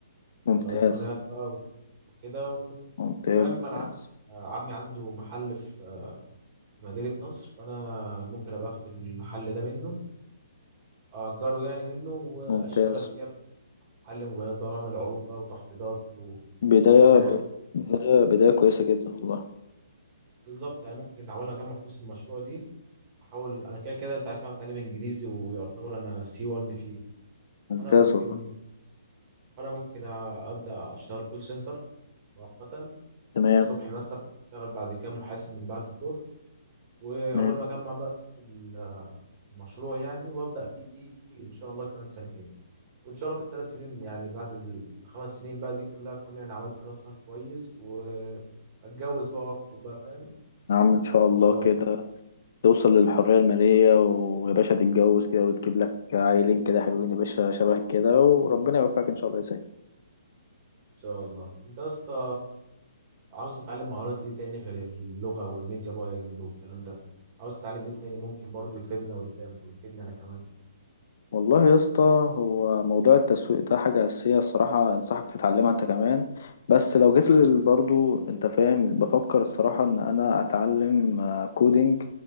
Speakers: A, on the left (about 55°); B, on the right (about 30°).
A: ممتاز
B: للايفونات بقى وكده و-
A: ممتاز
B: وفاهم
A: ممتاز
B: انا عندي عمي عنده محل في في مدينه نصر فانا ممكن ابقى اخد المحل ده منه اجره يعني منه واشتغل
A: ممتاز
B: فيه أبقى محل موبايلات بقى واعمل عروض بقى وتخفيضات و-
A: بداية
B: واشتري
A: بداية بداية كويسة جدا والله
B: بالظبط يعني ممكن احاول اجمع فلوس المشروع دي احاول انا كده كده انت عارف انا بتعلم انجليزي ويعتبر انا سي 1 فيه
A: ممتاز
B: فانا ممكن
A: والله
B: فانا ممكن أ- ابدا اشتغل كول سنتر مؤقتا
A: تمام
B: الصبح مثلا اشتغل بعد كده محاسب من بعد الظهر واول
A: تمام
B: ما اجمع بقى ال- المشروع يعني وابدا فيه ان شاء الله كمان سنتين وان شاء الله في الثلاث سنين يعني بعد الخمس سنين بقى دي كلها اكون يعني عملت راس مال كويس واتجوز بقى واخطب بقى فاهم
A: يا عم إن شاء الله
B: ان شاء الله
A: كده توصل للحرية المالية ويا باشا تتجوز كده وتجيب لك عيلين كده حلوين يا باشا شبه كده وربنا يوفقك إن شاء الله يا سيد
B: ان شاء الله انت يا اسطى عاوز تتعلم مهارات ايه تاني غير اللغة والميديا باينج والكلام ده عاوز تتعلم ايه تاني ممكن برضو يفيدنا قدام ويفيدنا انا كمان
A: والله يا اسطى هو موضوع التسويق ده حاجة أساسية الصراحة أنصحك تتعلمها أنت كمان بس لو جيت لل- برضو أنت فاهم بفكر الصراحة إن أنا أتعلم آه، كودينج